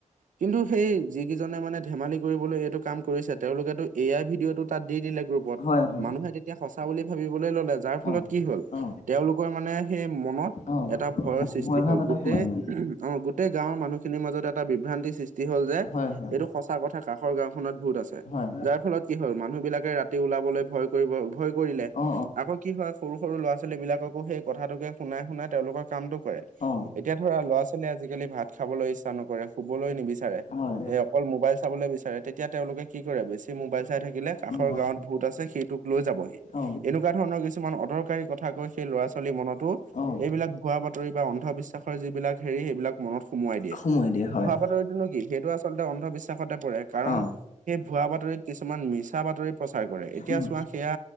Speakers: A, on the right (about 80°); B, on the left (about 70°).
A: কিন্তু সেই যিকেইজনে মানে ধেমালি কৰিবলৈ এইটো কাম কৰিছে, তেওঁলোকেটো এ আই ভিডিঅ'টো তাত দি দিলে গ্ৰুপত।
B: হয় হয়
A: মানুহে তেতিয়া সঁচা বুলি ভাবিবলে ল'লে যাৰ ফলত
B: অ
A: কি হ'ল
B: অ
A: তেওঁলোকৰ মানে সেই মনত
B: অ
A: এটা ভয়ৰ সৃষ্টি
B: ভয়
A: হ'ল
B: ভাৱ এটা
A: গোটেই
B: সোমাই গ'ল
A: <unintelligible> অঁ গোটেই গাঁওৰ মানুহখিনিৰ মাজত এটা বিভ্ৰান্তি সৃষ্টি হ'ল যে
B: হয় হয়
A: এইটো সঁচা কথা কাষৰ গাঁওখনত ভূত আছে।
B: হয়
A: যাৰ ফলত কি হ'ল মানুহবিলাকে ৰাতি ওলাবলৈ ভয় কৰিব ভয় কৰিলে।
B: অ
A: আকৌ কি হয় সৰু-সৰু ল'ৰা-ছোৱালী বিলাককো সেই কথাটোকে শুনাই-শুনাই তেওঁলোকৰ কামটো কৰে।
B: অ অ
A: এতিয়া ধৰা ল'ৰা-ছোৱালীয়ে আজিকালি ভাত খাবলৈ ইচ্ছা নকৰে, শুবলৈ নিবিচাৰে।
B: হয়
A: এ অকল মোবাইল চাবলৈ বিচাৰে তেতিয়া তেওঁলোকে কি কৰে বেছি মোবাইল চাই থাকিলে কাষৰ
B: উম
A: গাঁৱত ভূত আছে সেইটো লৈ যাবহি।
B: অ
A: এনেকুৱা ধৰণৰ কিছুমান অদৰকাৰী কথা কৈ সেই ল'ৰা-ছোৱালীৰ মনতো
B: অ
A: এইবিলাক ভুৱা বাতৰি বা অন্ধবিশ্বাসৰ যিবিলাক হেৰি সেইবিলাক মনত সোমোৱাই দিয়ে।
B: সোমোৱাই হয়
A: ভূৱা বাতৰিতো নো কি সেইটো আচলতে অন্ধবিশ্বাসতে পৰে কাৰণ
B: অ
A: সেই ভুৱা বাতৰিত কিছুমান মিছা বাতৰি প্ৰচাৰ কৰে। এতিয়া
B: উম
A: চোৱা সেয়া